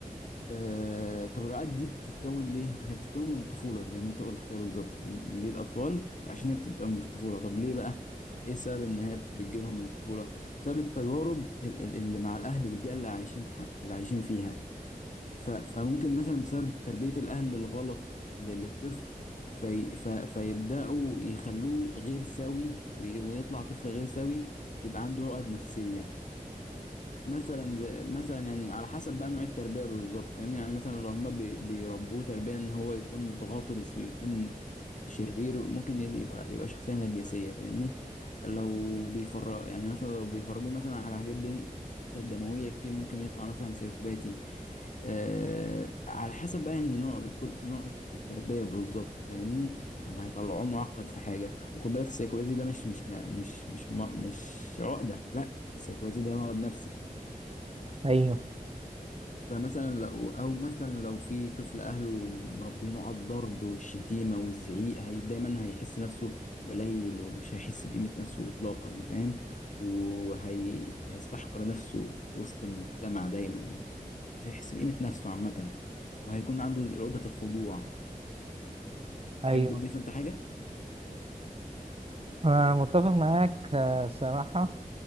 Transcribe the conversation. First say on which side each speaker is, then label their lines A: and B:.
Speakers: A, on the left (about 55°); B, on the right (about 40°).
A: آه، طب العقد دي بتتكون ليه؟ هي بتتكون من الطفولة زي ما انت قلت كده بالظبط ليه الأطفال؟ عشان هي بتبقى من الطفولة طب ليه بقى؟ ايه السبب ان هي بتجيلهم من الطفولة؟ بسبب التجارب ال- ال- اللي مع الأهل والبيئة اللي عايشين ح- اللي عايشين فيها ف- فممكن مثلا بسبب تربية الأهل الغلط ل- للطفل في ف- فيبدأوا يخلوه غير سوي وي- ويطلع طفل غير سوي ويبقى عنده عقد نفسية مثلا زي مثلا يعني على حسب بقى نوع التربيه بالظبط فاهمني يعني مثلا لو هما بي- بيربوه تربيه ان هو يكون متغطرس ويكون شرير ممكن يبقى يبقى شخصيه نرجسيه فاهمني لو بيفرق يعني مثلا لو بيفرجوه مثلا على حاجات دي كانت دمويه كتير ممكن يطلع مثلا سيكوباتي آه على حسب بقى يعني نوع كل نوع التربيه بالظبط فاهمني فما هيطلعوه معقد في حاجه وخد بالك السيكوباتي ده مش مش نا- مش مش مش, مش عقده لا السيكوباتي ده مرض نفسي
B: أيوه
A: فمثلا لو او مثلا لو في طفل اهله مربينه على الضرب والشتيمه والزعيق هي دايما هيحس نفسه قليل ومش هيحس بقيمه نفسه اطلاقا فاهم وهي هيستحقر نفسه وسط المجتمع دايما مش هيحس بقيمه نفسه عامه وهيكون عنده عقده الخضوع تحب
B: أيوه
A: تضيف انت حاجه
B: أنا متفق معاك آه، صراحة